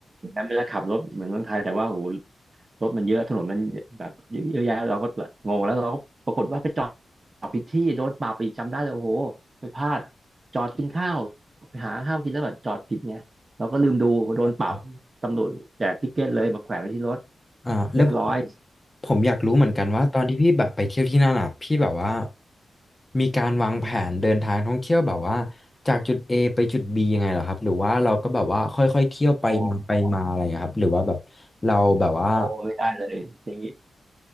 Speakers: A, on the right; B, on the left.
A: แม้มันจะขับรถเหมือนเมืองไทยแต่ว่าโอ้โห รถมันเยอะถนนมันแบบเยอะแยะเราก็แบบงงแล้วเราก็ปรากฏว่าไปจอดผิดที่โดนปรับอีกจำได้เลยโอ้โหไปพลาดจอดกินข้าวไปหาข้าวกินแล้วแบบจอดผิดไงเราก็ลืมดูโดนปรับตำรวจแจกทิกเก็ตเลยมาแขวนไว้ที่รถ
B: ครับอ่าแล้ว
A: เรียบร้อย
B: ผมอยากรู้เหมือนกันว่าตอนที่พี่แบบไปเที่ยวที่นั่นอ่ะพี่แบบว่ามีการวางแผนเดินทางท่องเที่ยวแบบว่าจากจุด A ไปจุด B ยังไงเหรอครับหรือว่าเราก็แบบว่าค่อยๆเที่ยวไปมาไปมาอะไรอย่างเงี้ยครับหรือว่าแบบเราแบบว่า
A: อ๋ออ๋อไม่ได้เลยอย่างนี้